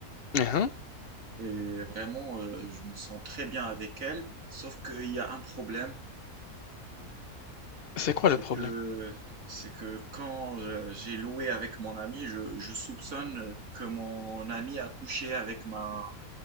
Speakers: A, on the left; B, on the right.
A: Mhm.
B: et vraiment, euh, je me sens très bien avec elle, sauf qu'il y a un problème
A: C'est quoi
B: C'est
A: le problème?
B: que c'est que quand je- j'ai loué avec mon ami, je, je soupçonne que mon ami a couché avec ma